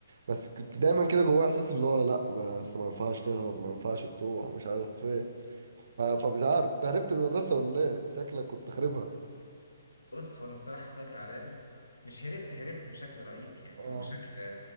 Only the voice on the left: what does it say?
بص هو انا الصراحه سالت على دي مش هربت هربت بشكل رئيسي يعني
او بشكل